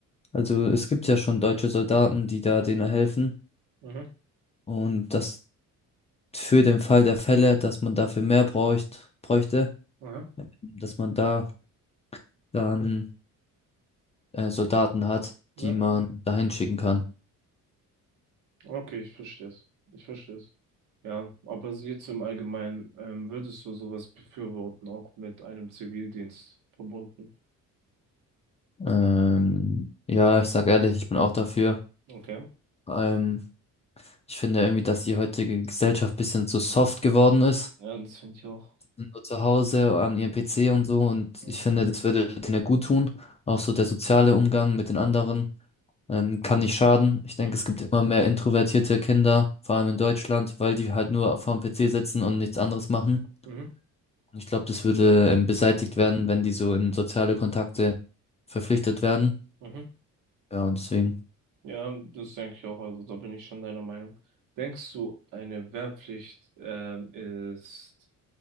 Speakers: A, on the left (about 20°); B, on the right (about 70°).
A: also es gibt ja schon deutsche Soldaten, die da denen helfen.
B: Mhm.
A: Und das für den Fall der Fälle, dass man dafür mehr bräucht, bräuchte,
B: Aha.
A: dass man da dann äh, Soldaten hat,
B: Ja.
A: die man dahin schicken kann.
B: Okay, ich verstehe es. Ich verstehe es. Ja, aber so jetzt im Allgemeinen, ähm, würdest du sowas befürworten, auch mit einem Zivildienst verbunden?
A: Ähm, ja, ich sag ehrlich, ich bin auch dafür.
B: Okay.
A: Ähm, ich finde irgendwie, dass die heutige Gesellschaft ein bisschen zu soft geworden ist.
B: Ja, das finde ich auch.
A: Sind nur zu Hause an ihrem PC und so. Und
B: Mhm.
A: ich finde, das würde denen gut tun. Auch so der soziale Umgang mit den anderen ähm, kann nicht schaden. Ich denke,
B: Mhm.
A: es gibt immer mehr introvertierte Kinder, vor allem in Deutschland, weil die halt nur vor dem PC sitzen und nichts anderes machen.
B: Mhm.
A: Und Ich glaube, das würde ähm, beseitigt werden, wenn die so in soziale Kontakte verpflichtet werden.
B: Mhm.
A: Ja, und deswegen.
B: Ja, das denke ich auch. Also da bin ich schon deiner Meinung. Denkst du, eine Wehrpflicht ähm, ist